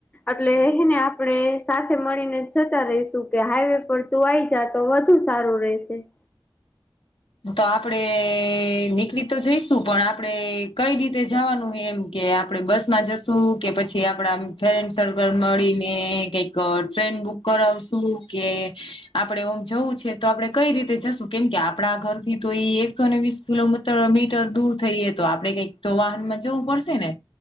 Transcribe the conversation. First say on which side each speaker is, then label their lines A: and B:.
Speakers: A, on the left; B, on the left.
A: એટલે હેને આપણે સાથે મળીને જતા રહીશું કે હાઈવે પર તું આઈ જા તો સારું રહેશે
B: તો આપડે નીકળી તો જઈશું પણ આપણેે કઈ રીતે જવાનું હોય એમ કે આપડણે બસમાં જશું કે પછી આપડા ફ્રેન્ડ સર્કલ મળીને કઈક ટ્રેન બુક કરાવશું કે આપડે ઓમ જવું છે તો આપડે કઈ રીતે જશું કેમ કે આપણા ઘર થી તો એ એકસોને વીસ કિલોમીટર મીટર દૂર થઈએ તો આપડે કઈક તો વાહનમાં જવું પડશે ને